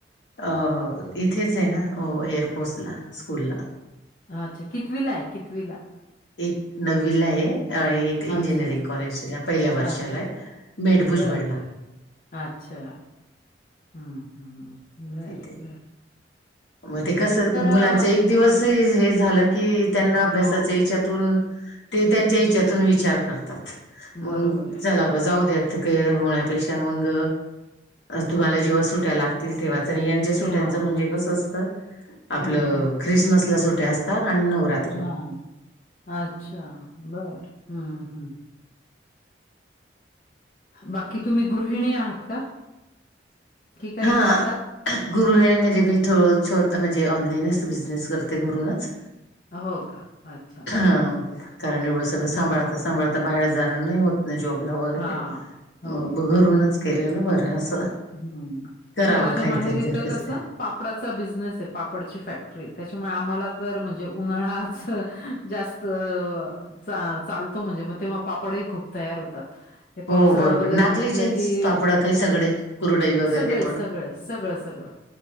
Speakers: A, on the left; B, on the left.
A: आ येथेचय ना, ओ एअरफोर्सला, स्कूल ला.
B: हा, अच्छा. कितवीलाय. कितवीला.
A: एक नववीलाय. आणि एक Engineering
B: अच्छा.
A: college. पहिल्या वर्षालाय.
B: अ,
A: मेठभुजबळला.
B: बरं, बरं. अच्छा. हम्म, हम्, हम्. बर,
A: तिथे
B: बर.
A: मग ते कसं, मुलांच
B: अ
A: एक दिवस हे हे झालं, की त्यांना
B: हो,
A: अभ्यासाच्या हेच्यातून ते त्यांच्या हेच्यातून विचार करतात. मग
B: बरोबर आहे.
A: चला मग जाऊ द्या. ते होण्यापेक्षा मग, तुम्हाला जेव्हा सुट्ट्या लागत तील तेव्हाच. न यांच्या सुट्यांचं
B: तेव्हा.
A: म्हणजे कसं असत. आपलं,
B: हं,
A: ख्रिसमसला सुट्या असत <unintelligible> अन नवरात्र.
B: हा. अच्छा. बर. हम्मम, हम्म. बाकी तुम्ही, गृहिणी आहात का? की काही
A: हा.
B: करतात?
A: गृहिणी म्हणजे, मी थोड छोट म्हणजे, ऑनलाईनच बिझनेस करते घरुनच.
B: हो का? अच्छा.
A: ह. कारण एवढं सगळ, सांभाळता
B: बरं.
A: - सांभाळ आता बाहेर जाणं, नाही होत न नाही जॉबला वगैरे.
B: हां. हो,
A: मग घरूनच केलेलं बरं, असं.
B: हम्म.
A: करावं
B: नाही माझ्या
A: काहीतरी
B: माहेरीत,
A: घर बसल्या.
B: कसं? पापडाचा बिझनेसय. पापडची फॅक्टरी. त्याच्यामुळे आम्हाला तर म्हणजे उन्हाळ्याच जास्त अ चा - चालतो. म्हणजे मग तेव्हा पापडही, खूप तयार होतात. हे
A: हो
B: पावसाळा
A: बरोबर
B: वगैरे
A: नागलीचेच
B: म्हटलं की.
A: पापड काही सगळे कुरडई वगैरे
B: सगळे
A: पण
B: सगळं- सगळं.